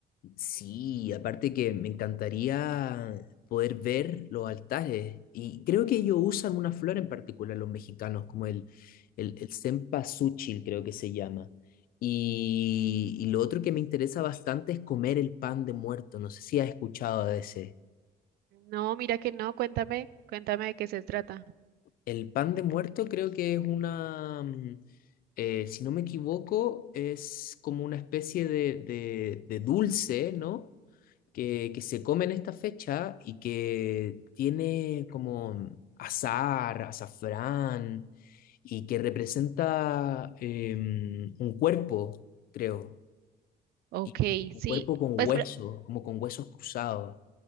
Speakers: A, on the left; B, on the right.
A: Sí, aparte que me encantaría poder ver los altares. Y creo que ellos usan una flor en particular, los mexicanos, como el, el, el cempasúchil, creo que se llama. Y, y lo otro que me interesa bastante es comer el pan de muerto. No sé si has escuchado de ese.
B: No, mira que no, cuéntame, cuéntame de qué se trata.
A: El pan de muerto creo que es una, mm, eh, si no me equivoco, es como una especie de, de de dulce, ¿no? que, que se come en esta fecha y que tiene como azar, azafrán, y que representa eh, un cuerpo, creo,
B: Ok,
A: y un
B: sí,
A: cuerpo con huesos,
B: pues pre-
A: como con huesos cruzados.